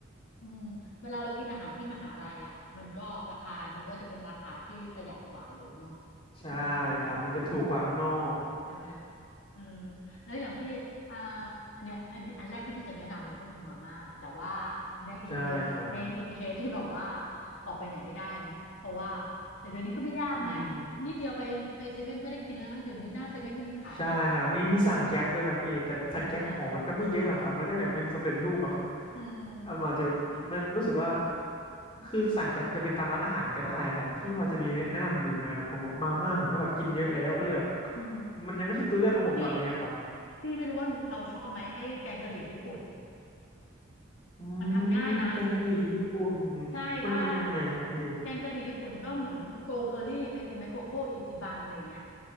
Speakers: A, on the left; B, on the left.
A: อืมเวลาเรากินอาหารที่มหาลัยอ่ะมันก็ราคามันก็จะเป็นราคาที่ประหยัดกว่าอยู่แล้วเนาะ
B: ใช่
A: อืม
B: ครับมันจะถูกกว่าข้างนอก
A: ใช่ไหมอืมแล้วอย่างพี่อ่าอันเนี้ยอันอันแรกที่พี่จะแนะนำเราก็คือมาม่าแต่ว่าในอินเคสในอินเคสที่แบบว่า
B: ใช่ครับ
A: ออกไปไหนไม่ได้เนาะเพราะว่าแต่เดี๋ยวนี้ก็ไม่ยากไหม
B: อืม
A: นิดเดียวไปไปเซเว่นก็ได้กินแล้วนะเดี๋ยวนี้หน้าเซเว่นก็มีขายเนาะ
B: ใช่ครับมีมีสั่งแก๊ปด้วยครับพี่แต่สั่งแก๊ปของมันก็ไม่เยอะอะครับมันก็แบบเป็นสำเร็จรูปอะครับ
A: ใช่ไหมอืม
B: อ่ะมันอาจจะแบบมันรู้สึกว่า
A: ใช่ไหม
B: คือสั่งแก๊ปจะเป็นตามร้านอาหารก็ได้ครับพี่พอจะมีแนะนำผมอีกไหมอะผมมาม่าผมก็แบบกินเยอะแล้วก็เลยแบบ
A: อืมอืม
B: มันยังไม่ใช่ตัวเลือกของผมตอนนี้อะครับ
A: พี่พี่ไม่รู้ว่าเราชอบไหมไอ้แกงกะหรี่ญี่ปุ่น
B: อืม
A: มันทำง่ายนะ
B: แกงกะหรี่ญี่ปุ่น
A: ใช่ถ้า
B: มันเป็นยังไงครับพี่
A: แกงกะหรี่ญี่ปุ่นก็เหมือนโกเคอรี่เคยกินไหมโคโค่อิจิบันอะไรอย่างเงี้ย